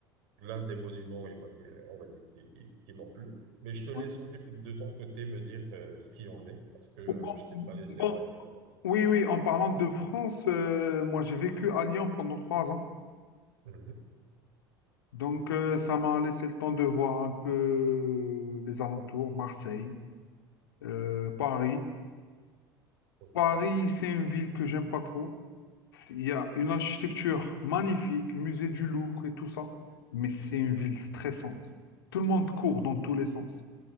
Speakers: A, on the right; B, on the left.
A: L'un des monuments, il m'a plu, on va dire, qui, qui- qui m'ont plu. Mais je te laisse
B: ouais.
A: on dit, de ton côté me dire euh, ce qu'il en est, parce que euh,
B: Bon, bon,
A: je t'ai pas laissé,
B: bon,
A: on va dire. euh,
B: oui, oui, en parlant de France, euh, moi j'ai vécu à Lyon pendant trois ans.
A: Mhm.
B: Donc euh, ça m'a laissé le temps de voir un peu euh, les alentours, Marseille, euh, Paris.
A: Ok.
B: Paris, c'est une ville que j'aime pas trop. Il y a une architecture magnifique, musée du Louvre et tout ça, mais c'est une ville stressante. Tout le monde court dans tous les sens.